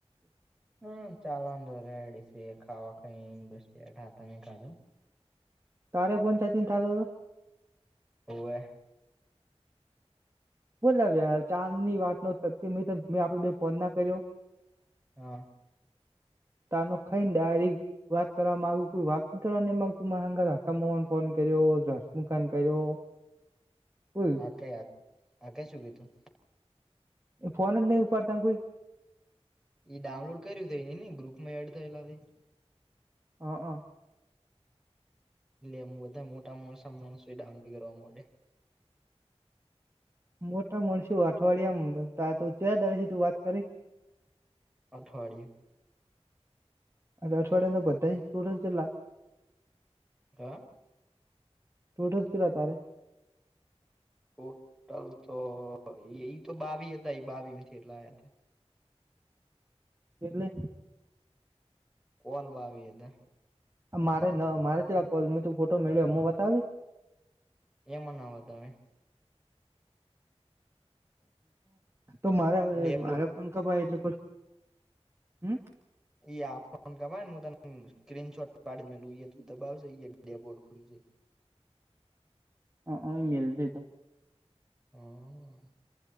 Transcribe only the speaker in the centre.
હમ્મ ચાલો અંદર રેડી છીએ ખાવા કઈ એમ બધા તમે કાઢો.
હોવે.
હા.
આકે આકે શું કીધું.
એ ડાઉનલોડ કર્યું થઇ ને ને ગ્રુપમાં એડ થયેલા તે.
એ બધા મોટા માણસા માણસો એ ડાઉનલોડ કરવા મોડ્યા
અઠવાડીયુ
હા.
ટોટલ તો એ તો બાવી હતા એ બાવી માંથી એટલા આયા હતા.
કોલ બાવી હતા.
એમના વતાવે
ડેબોર્ડ
ઈ આ ફોન કપાયને હું તને સ્ક્રીનશોટ પાડી મેલદુ દબાવશે ડેબોર્ડ ખુલશે.
હમ્મ.